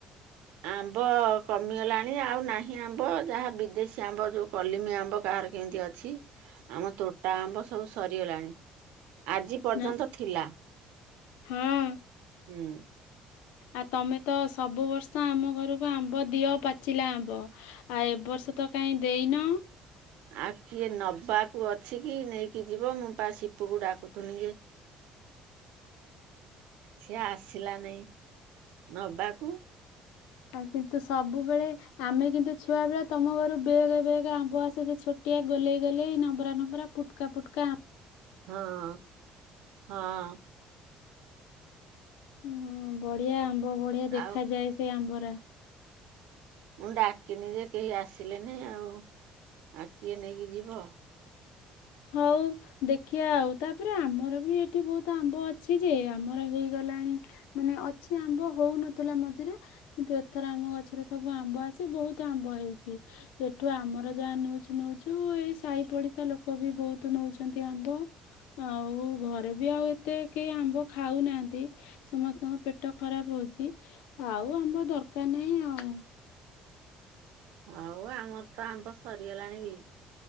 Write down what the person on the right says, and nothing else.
ଆମ୍ବ କମିଗଲାଣି ଆଉ ନାହିଁ ଆମ୍ବ ଯାହା ବିଦେଶୀ ଆମ୍ବ ଯଉ କଲିମି ଆମ୍ବ କାହାର କେମିତି ଅଛି। ଆମ ତୋଟା ଆମ୍ବ ସବୁ ସରିଗଲାଣି ଆଜି ପର୍ଯ୍ୟନ୍ତ
ଥିଲା।
ହୁଁ।
ଆ କିଏ ନବାକୁ ଅଛି କି ନେଇକି ଯିବ, ମୁଁ ପା ସିପୁକୁ ଡାକୁଥନି ଯେ ସିଏ ଆସିଲା ନେଇଁ ନବାକୁ।
ହଁ-ହଁ।
ଆଉ
ମୁଁ ଡାକିନି ଯେ କେହି ଆସିଲେନି, ଆଉ ଆ କିଏ ନେଇକି ଯିବ।
ହଉ ଆମର ତ ଆମ୍ବ ସରିଗଲାଣି ବି,